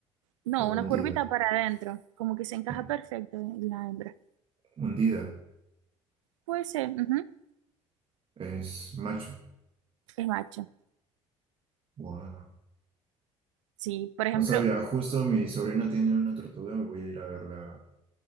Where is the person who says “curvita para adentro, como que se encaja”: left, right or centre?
Right